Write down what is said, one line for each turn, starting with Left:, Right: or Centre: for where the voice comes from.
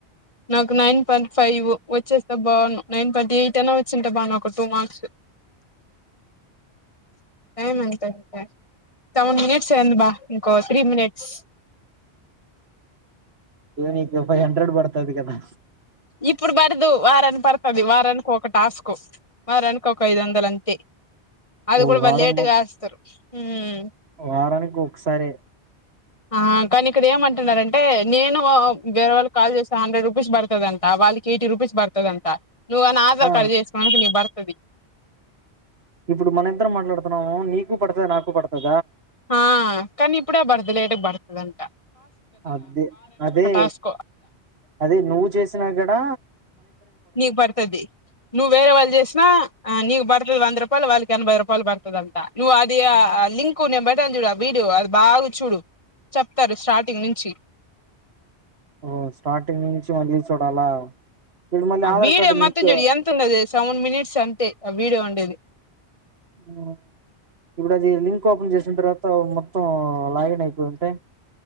Left: నాకు నైన్ పాయిట్ ఫైవ్ వచ్చేస్తా బావును నైన్ పాయిట్ ఎయిట్ అనా వచ్చిన నా బాగుండు ఒక టూ మార్స్ టైమ్ ఎంత అయ్యింది సెవన్ మినిట్స్ అయ్యింది బా ఇంకో త్రీ మినిట్స్
Right: ఇగ నీకు ఫైవ్ హండ్రెడ్ బడుతాది కదా
Left: ఇప్పుడు పడదు వారని పడుతది వారనికి ఒక టాస్క్ వార కోక ఐదు వందల అంతే అది
Right: ఓ
Left: కూడా వాళ్ళు
Right: వారం
Left: లేటుగా ఏస్తారు మ్మ్
Right: వారానికి ఒకసారే
Left: ఆ కానీ ఇక్కడ ఏమంటున్నారంటే నేను వేర వాళ్ళు కాల్ చేసాను హండ్రెడ్ రుపీస్ బడ్తదంట వాళ్ల్కి ఎయిటీ రుపీస్ బడ్తదంట నువ్వు అన్న ఆధార్
Right: ఆ
Left: కార్డు చేసుకోడానికి నీక్ పడుతుది
Right: ఇప్పుడు మనిద్దరం మాట్లాడుతున్నాము నీకు పడుతది నాకు పడుతది
Left: ఆ కానీ ఇప్పుడే పడదు లేట్గ్ పడ్తదంట
Right: అదే అదే
Left: టాస్క్
Right: అదే నువ్వు చేసినా కూడాడ
Left: నీకు పడుతుది నువ్వు వేరే వాళ్ళు చేసినా ఆ నీకు పడుతుది వంద రూపాయలు వాళ్ళకి ఎనభై రూపాయలు పడుతుందింట నువ్వు అది లింకు నేను బయటను చూడు వీడియో అది బాగా చూడు చెప్తారు స్టార్టింగ్ నుంచి
Right: ఓ స్టార్టింగ్ నుంచి మళ్ళీ చూడాలా ఇప్పుడు మళ్ళీ
Left: ఆ
Right: ఆధార్
Left: వీడియో
Right: కార్డు
Left: మొత్తం
Right: లింక్
Left: చూడు ఎంత ఉండది సెవెన్ మినిట్స్ అంతే ఆ వీడియో ఉండేది.
Right: హ్మ్ ఇప్పుడది లింక్ ఓపెన్ జేసిన్తర్వాత మొత్తం లాగిన్ అయిపోయింటే